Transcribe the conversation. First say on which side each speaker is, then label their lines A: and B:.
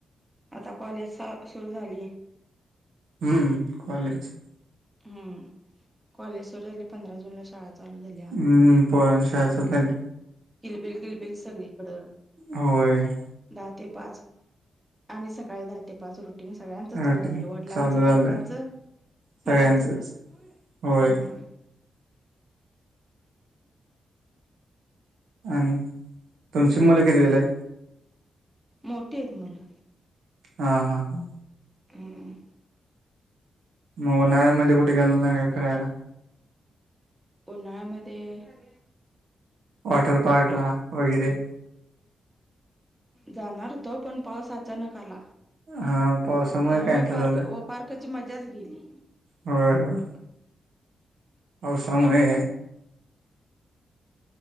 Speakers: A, on the right (about 15°); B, on the right (about 80°).
A: आता कॉलेज सुरु झालीय,
B: हम्म कॉलेज,
A: हम्म कॉलेज सुरु झाले पंधरा जून ला शाळा, चालू झाल्या
B: हम्म पोरांची शाळा चालू झाली.
A: किलबिल किलबिल सगळीकडं,
B: होय.
A: दहा ते पाच, आम्ही सकाळी दहा ते पाच रुटीन सगळ्यांचं चालू
B: रुटीन
A: झालो, वडिलांचं
B: चालू
A: पालकांचं
B: झालं सगळ्यांचच
A: मुलांचं पण
B: होय.
A: हम्म
B: आणि तुमची मुलं किती गेले,
A: मोठे आहेतेत मुलं,
B: हा हा हा
A: हम्,
B: मग उन्हाळमध्येध्ये कुठे गेल ना काय फिरायला!
A: उन्हाळा मध्येध्ये,
B: वॉटर पार्क ला वगैरे,
A: जाणार त पण पाऊस अचानक आला.
B: हा पावसामुळे
A: त्यामुळे
B: कॅन्सल
A: पार्क
B: झालं
A: पार्काची मजाच गेली,
B: होय होय पावसा मुळे,